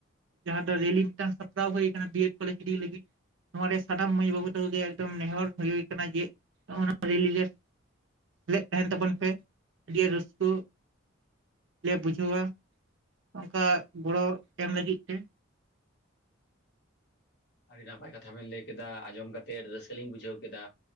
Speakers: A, on the right; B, on the left.
A: ᱡᱟᱦᱟᱸ ᱫᱚ ᱨᱮᱞᱤ ᱢᱤᱫᱴᱟᱝ ᱥᱟᱯᱲᱟᱣ ᱦᱩᱭ ᱟᱠᱟᱱᱟ ᱵᱤᱭᱮᱰ ᱠᱚᱞᱮᱡᱽ ᱞᱟᱹᱜᱤᱫ᱾ ᱱᱚᱣᱟ ᱨᱮ ᱥᱟᱱᱟᱢ ᱢᱟᱹᱭ ᱵᱟᱹᱵᱩ ᱛᱟᱠᱚ ᱜᱮ ᱮᱠᱫᱚᱢ ᱱᱮᱦᱚᱨ ᱦᱳᱭ ᱠᱟᱱᱟ ᱡᱮ <inaudible> ᱨᱮᱞᱤ ᱨᱮ ᱥᱮᱞᱮᱫ ᱛᱟᱦᱮᱱ ᱛᱟᱵᱚᱱ ᱯᱮ ᱟᱹᱰᱤ ᱨᱟᱹᱥᱠᱟᱹ, ᱞᱮ ᱵᱩᱡᱷᱟᱹᱣᱟ ᱚᱱᱠᱟ ᱜᱚᱲᱚ ᱮᱢ ᱞᱟᱹᱜᱤᱫ ᱛᱮ
B: ᱟᱹᱰᱤ ᱱᱟᱯᱟᱭ ᱠᱟᱛᱷᱟ ᱵᱮᱱ ᱞᱟᱹᱭ ᱠᱮᱫᱟ ᱟᱸᱚᱢ ᱠᱟᱛᱮᱜ ᱨᱟᱹᱥᱠᱟᱹ ᱞᱤᱧ ᱵᱩᱡᱷᱟᱹᱣ ᱠᱮᱫᱟ᱾